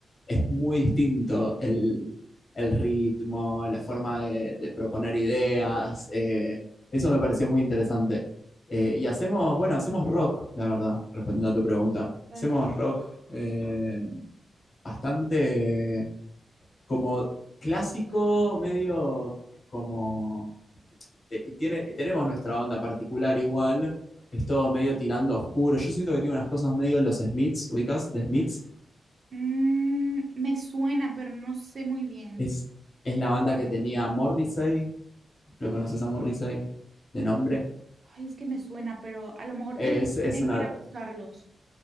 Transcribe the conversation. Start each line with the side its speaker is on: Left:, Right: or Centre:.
Left: es muy distinto el, el ritmo, la forma de, de proponer ideas, eh, eso me pareció muy interesante. Eh, y hacemos, bueno, hacemos rock, la verdad, respondiendo a tu pregunta.
Right: padre.
Left: Hacemos rock eh, bastante como clásico, medio como... Tiene, tenemos nuestra onda particular igual, es todo medio tirando oscuro. Yo siento que tiene unas cosas medio los Smiths, ubicás, The Smiths.
Right: Mm, me suena, pero no sé muy bien.
Left: Es, es la banda que tenía Morrissey, ¿lo conoces a Morrissey de nombre?
Right: Ay, es que me suena, pero a lo mejor
Left: Es,
Right: ten-
Left: es,
Right: tengo
Left: una,
Right: que ir a buscarlos.